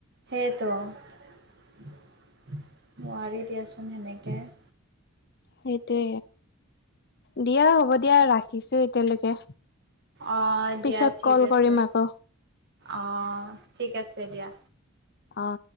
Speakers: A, on the right; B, on the left.
A: সেইটো নোৱাৰি দিয়াচোন হেনেকেষ
B: সেই তে দিয়া হ'ব। এতিয়া ৰাখিছো এতিয়ালৈকে।
A: অ
B: পিছত
A: দিয়া ঠিক
B: কল
A: আছে।
B: কৰিম আকৌ
A: অ ঠিক আছে দিয়া।
B: অ